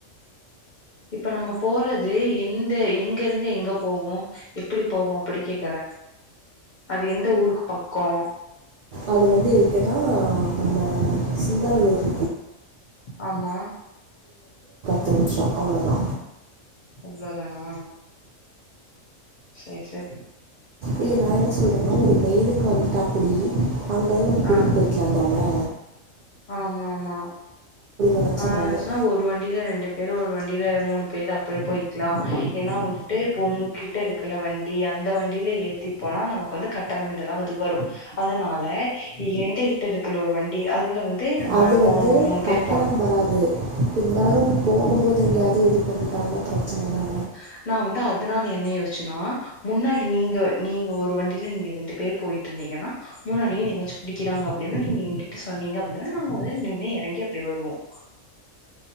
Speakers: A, on the left; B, on the right.
A: இப்ப நம்ம போறது எந்த எங்கருந்து எங்க போவோ எப்டி போவோ அப்படி கேக்கற அது எந்த ஊருக்கு பக்கோ
B: அது வந்து இருக்குன்னா நம்ம சிங்களலூர்
A: ஆம்மா
B: தெரிம்ச்சோ அவ்வளோதா
A: அவ்ளோ தானா சரி சரி
B: இல்ல நா என்ன சொல்றேனா ஒரு மெயிலுக்கு வந்துட்டாக்குடி அங்கந்து நம்ம கூடிட்டு
A: ஆ
B: போய்க்கலா தான
A: ஆமா ஆமா
B: நினச்சேன்
A: நா
B: நான்
A: என்ன நெனைச்சுன்னா ஒரு வண்டியில ரெண்டு பேரு ஒரு வண்டில மூணு பேரு அப்படியே போயிக்லா ஏன்னா வந்துட்டு இப்ப உங்கிட்ட இருக்குல வண்டி அந்த வண்டியில ஏத்தி போனா நமக்கு வந்து கட்டணம் இதெல்லாம் வந்து வரும் அதனால எங்க கிட்ட இருக்கல ஒரு வண்டி அதுல வந்து நம்ம
B: அது
A: போனோம்
B: வந்து
A: மூணு பேரு
B: கட்டணம் வராது இருந்தாலு போகும்போது எங்கேயாவது இது பண்ணிட்டாங்கன்னா பிரச்சன தான்
A: <inaudible> நா வந்து அதனால என்ன யோசிச்சன்னா முன்னாடி நீங்க நீங்க ஒரு வண்டில நீங்க ரெண்டு பேர் போய்ட்டு இருங் ங்கனா முன்னாடியே எங்கயாச்சு புடிக்கிராங்க அப்டினு நீங் எங்கிட்ட சொன்னீங்க அப்டினா நாங்க வந்து நின்னு எறங்கி அப்டி வரு வோம்